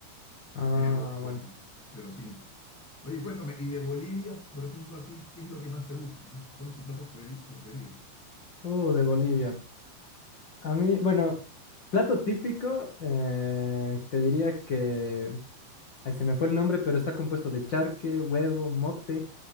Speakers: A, on the left; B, in the centre.
A: Ah,
B: Pero,
A: bueno.
B: pero sí. Oye, cuéntame, y de Bolivia, por ejemplo, a ti, ¿qué es lo que más te gusta? ¿Qué- ¿Cuál es tu plato fe- preferido?
A: Uh, de Bolivia. A mí, bueno, plato típico, eh, te diría que... Ay, se me fue el nombre, pero está compuesto de charque, huevo, mote.